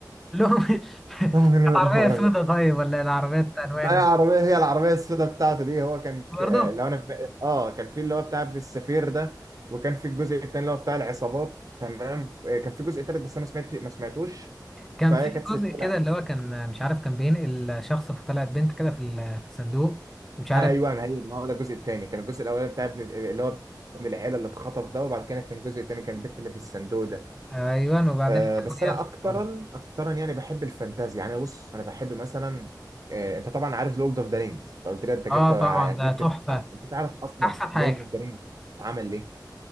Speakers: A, in the centre; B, on the right (about 50°).
A: لهم <laughs>
B: <laughs> هما كلهم
A: كانت عربية
B: بيبدأوا بعربيات
A: سودة طيب ولا العربيات ألوان
B: ما هي العربية هي العربية السوداء بتاعته دي هو كان في
A: برضه
B: آه، لو انا في اه كان في اللي هو بتاع ابن السفير ده وكان في الجزء التاني اللي هو بتاع العصابات تمام آه، كان في جزء تالت بس انا ما سمعت ما سمعتوش
A: كان
B: فهي
A: في
B: كانت سلسلة
A: جزء كده اللي هو كان مش عارف كان بينقل شخص فطلعت بنت كده في ال- في الصندوق مش عارف
B: ايوه ما هي ما هو ده الجزء التاني كان الجزء الاولاني بتاع ابن اللي هو ابن العيله اللي اتخطف ده وبعد كده كان الجزء التاني كان البت اللي في الصندوق ده
A: ايوه وبعدين
B: آه،
A: الحاجات
B: بس انا اكترا
A: برضه
B: اكترا يعني بحب الفانتازيا يعني أنا بص انا بحب مثلا آه، انت طبعا عارف لورد اوف ذا رينجز انت قلت لي انت جبت
A: اه
B: آه،
A: طبعا
B: جبت
A: ده تحفة
B: آه، انت تعرف اصلا
A: احسن حاجة
B: لورد اوف ذا رينجز اتعمل ليه؟